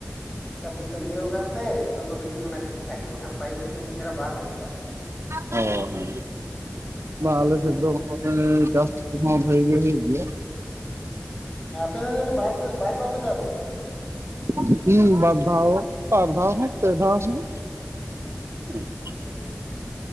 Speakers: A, on the left; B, on the right.
A: ᱠᱟᱹᱢᱤ ᱠᱚ ᱤᱭᱟᱹᱣ ᱠᱟᱱ ᱱᱤᱛᱚᱜ ᱫᱚ ᱦᱩᱭᱩᱜ ᱠᱟᱱᱟ ᱴᱤᱠᱴᱷᱟᱠ ᱜᱮ ᱵᱟᱝᱠᱷ ᱯᱦᱤᱞ ᱥᱮᱫ ᱩᱱᱟᱹᱜ ᱪᱮᱦ ᱵᱟᱝ ᱦᱩᱭᱩᱜ ᱠᱟᱱᱟ
B: ᱚ ᱦ ᱵᱟ
A: ᱛᱟᱦᱮᱸᱫ
B: ᱟᱞᱮᱥᱮᱫ ᱫᱚ ᱪᱟᱥ ᱠᱚᱦᱚᱸ ᱵᱷᱟᱜᱤ ᱜᱮ ᱦᱩᱭᱩᱜ ᱜᱮᱭᱟ
A: ᱦᱩᱸ ᱟᱯᱮ ᱫᱚ ᱡᱟᱹᱱᱤᱡ ᱵᱟᱨ ᱵᱟᱨ ᱫᱷᱟᱣ ᱯᱮ ᱪᱟᱥᱟ ᱛᱚ
B: ᱚ ᱦᱩᱸ ᱵᱟᱨ ᱫᱷᱟᱣ ᱵᱟᱨ ᱫᱷᱟᱣ ᱯᱮ ᱫᱷᱟᱣ ᱦᱚᱸ ᱦᱮᱸ
A: ᱚ